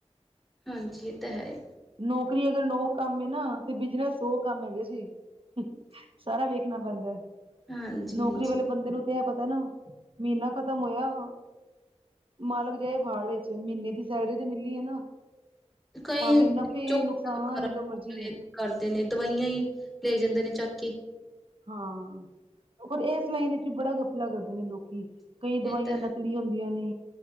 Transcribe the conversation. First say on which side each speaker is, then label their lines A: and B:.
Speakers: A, in the centre; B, on the right.
A: ਹਾਂਜੀ, ਏ ਤਾਂ ਹੈ।
B: ਨੌਕਰੀ ਅਗਰ ਨੋ ਕੰਮ ਏ ਨਾ ਤੇ ਬਿਜਨਸ ਸੋ ਕੰਮ ਹੈਗੇ ਸੀ। ਸਾਰਾ ਵੇਖਣਾ ਪੈਂਦਾ ਐ।
A: ਹਾਂਜੀ
B: ਨੌਕਰੀ
A: ਹਾਂਜੀ
B: ਵਾਲੇ ਬੰਦੇ ਨੂੰ 'ਤੇ ਹੈ ਪਤਾ ਨਾ, ਮਹੀਨਾ ਖਤਮ ਹੋਇਆ ਮਾਲਕ ਜਾਏ ਬਹਾੜ ਵਿਚ, ਮਹੀਨੇ ਦੀ ਸੈਲਰੀ ਤੇ ਮਿਲਨੀ ਏ ਨਾ।
A: ਕਈ
B: ਭਾਵੇਂ ਨਫ਼ੇ,
A: ਝੋਨਾ
B: ਨੁਕਸਾਨ
A: ਵਗੈਰਾ
B: ਜੋ ਮਰਜੀ ਏ
A: ਕਰਦੇ ਨੇ, ਦਵਾਈਆਂ ਈ ਲੈ ਜਾਂਦੇ ਨੇ ਚੱਕ ਕੇ।
B: ਹਾਂ, ਪਰ ਇਸ ਲਾਈਨ ਵਿੱਚ ਵੀ ਬੜਾ ਗਪਲਾ ਕਰਦੇ ਨੇ ਲੋਕੀ, ਕਈ ਦਵਾਈਆਂ
A: ਇਹ ਤਾਂ ਹੈ
B: ਨ ਹੁੰਦੀਆਂ ਨੇ